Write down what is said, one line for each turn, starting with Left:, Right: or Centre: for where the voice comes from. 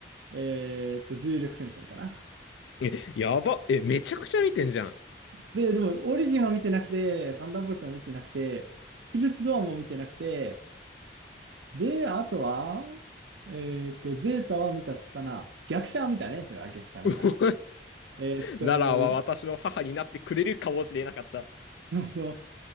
Right: えーっと、重力戦線かな。
Left: <laughs> え、やば。え、めちゃくちゃ見てんじゃん。<laughs>
Right: で、でも、オリジンは見てなくて、サンダーボルトも見てなくて、ヒルスドアも見てなくて、で、あとは、えーっと、ゼータは見たっつったな。逆者は見たね、それは逆者は見た。
Left: うお
Right: えーっと、
Left: ララは私の母になってくれるかもしれなかった。
Right: い <laughs> その、